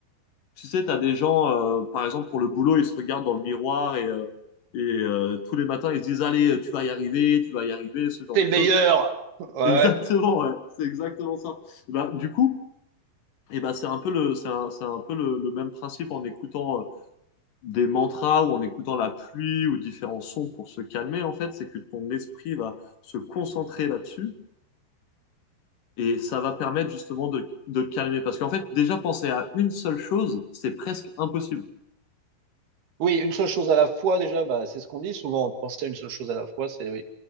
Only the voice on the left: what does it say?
tu sais, tu as des gens, euh, par exemple, pour le boulot, ils se regardent dans le miroir et, euh, et euh, tous les matins, ils se disent, allez, tu vas y arriver, tu vas y arriver, ce genre
de
choses.
<laughs>
Exactement, ouais, c'est exactement ça. Et bah, du coup, et ben c'est un peu le, c'est un, c'est un peu le, le même principe en écoutant euh, des mantras ou en écoutant la pluie ou différents sons pour se calmer, en fait, c'est que ton esprit va se concentrer là-dessus et ça va permettre justement de, de le calmer. Parce qu'en fait, déjà penser à une seule chose, c'est presque impossible.